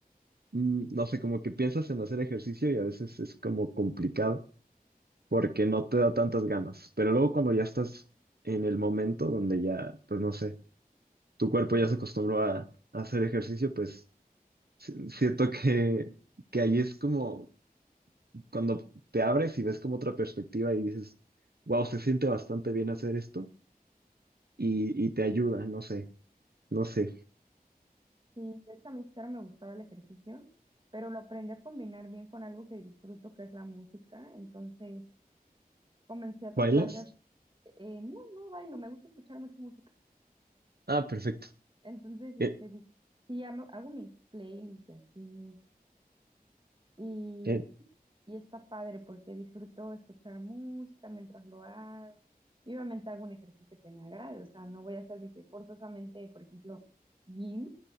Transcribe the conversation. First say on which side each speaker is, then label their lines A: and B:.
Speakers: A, on the right (about 85°); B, on the right (about 30°).
A: mm, no sé, como que piensas en hacer ejercicio y a veces es como complicado. porque no te da tantas ganas. Pero luego cuando ya estás en el momento donde ya, pues no sé, tu cuerpo ya se acostumbró a, a hacer ejercicio, pues si- siento que, que ahí es como cuando te abres y ves como otra perspectiva y dices, wow, se siente bastante bien hacer esto y, y te ayuda, no sé, no sé.
B: Sí, es que a mí claro me gustaba el ejercicio, pero lo aprendí a combinar bien con algo que disfruto, que es la música. Entonces comencé a
A: ¿Bailas?
B: tratar de, hac- eh, no, no bailo, me gusta escuchar mucho música.
A: Ah, perfecto.
B: Entonces, este,
A: Eh,
B: de- sí, hago, hago mis playlists y así, Y,
A: eh,
B: y está padre porque disfruto escuchar música mientras lo hago. Y obviamente hago un ejercicio que me agrade, o sea, no voy a hacer de que forzosamente, por ejemplo, gym,